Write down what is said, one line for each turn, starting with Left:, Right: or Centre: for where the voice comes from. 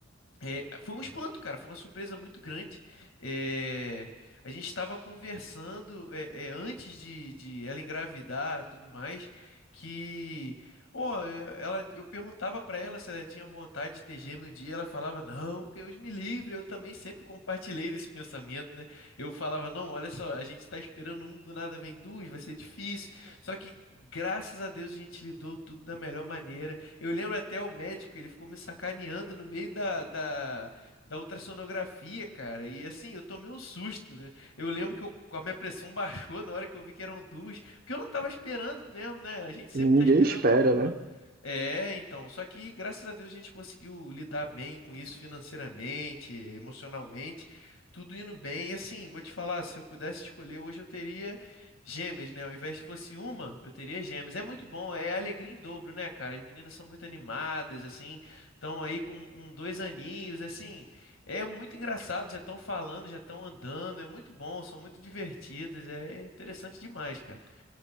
Left: É, foi um espanto, cara. Foi uma surpresa muito grande. É, a gente estava conversando é, é, antes de, de ela engravidar, tudo mais, que, ó, é, ela, eu perguntava para ela se ela tinha vontade de ter gêmeo um dia. Ela falava, não, Deus me livre. Eu também sempre compartilhei desse pensamento, né? Eu falava, não, olha só, a gente está esperando um, do nada vem duas, vai ser difícil. Só que graças a Deus a gente lidou tudo da melhor maneira. Eu lembro até o médico, ele ficou me sacaneando no meio da, da, da ultrassonografia, cara. E assim, eu tomei um susto, né? Eu lembro que eu- a minha pressão <laughs> baixou na hora que eu vi que eram duas, porque eu não tava esperando mesmo, né? A gente sempre
Right: E Ninguém
Left: tá esperando
Right: espera,
Left: uma.
Right: né?
Left: É, então, só que graças a Deus a gente conseguiu lidar bem com isso financeiramente, emocionalmente, tudo indo bem. E assim, vou te falar, se eu pudesse escolher, hoje eu teria Gêmeas, né? Ao invés de fosse uma, eu teria gêmeas. É muito bom, é alegria em dobro, né, cara? As meninas são muito animadas, assim, estão aí com um, dois aninhos, assim, é muito engraçado, já estão falando, já estão andando, é muito bom, são muito divertidas, é interessante demais, cara.